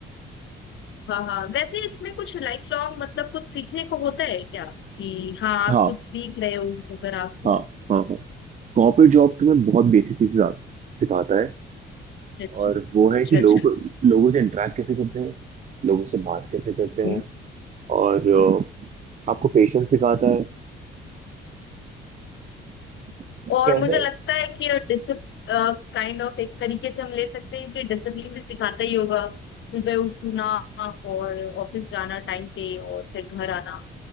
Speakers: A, on the left; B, on the right.
A: हाँ हाँ वैसे इसमें कुछ लाइफ लॉन्ग मतलब कुछ सीखने को होता है क्या कि हाँ आप
B: हाँ
A: कुछ सीख रहे हो अगर आप
B: हाँ हाँ हाँ कॉर्पोरेट जॉब तुम्हें बहुत बेसिक चीजें सिखाता है
A: अच्छा
B: और
A: अच्छा
B: वो है कि लोग
A: अच्छा।
B: लोगों से इंटरेक्ट कैसे करते हैं लोगों से बात कैसे करते
A: हम्म।
B: हैं और अ, आपको पेशेंस सिखाता है तो
A: और
B: ऐसा
A: मुझे
B: है
A: लगता है कि डिसिप काइंड ऑफ एक तरीके से हम ले सकते हैं कि डिसिप्लिन भी सिखाता ही होगा सुबह उठना और ऑफिस जाना टाइम पे और फिर घर आना